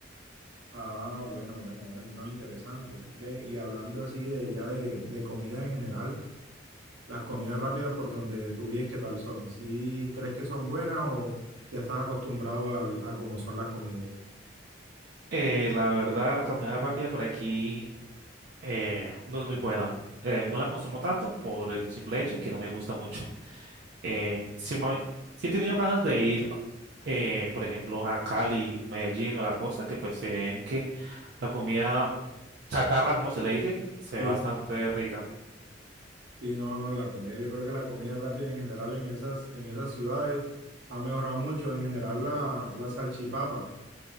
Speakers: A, on the right; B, on the right.
A: Ah, bueno, bueno, bueno, entonces interesante. Ve, y hablando así de ya de, de comida en general. las comidas rápidas por donde tú vives, ¿qué tal son? ¿Sí crees que son buenas o ya estás acostumbrado al- a cómo son las comidas?
B: Eh, la verdad, la caminada rápida por aquí eh, no es muy buena. Eh, no la consumo tanto por el simple hecho de que no me gusta mucho. Eh, sí, me- sí he tenido ganas de ir, eh, por ejemplo, a Cali, Medellín o la costa, que pues se ven que la comida chatarra, como se le dice, se
A: Sí,
B: ve bastante rica.
A: sí, no, no, la comida, yo creo que la comida rápida en general en esas, en esas ciudades ha mejorado mucho. En general la, la salchipapa,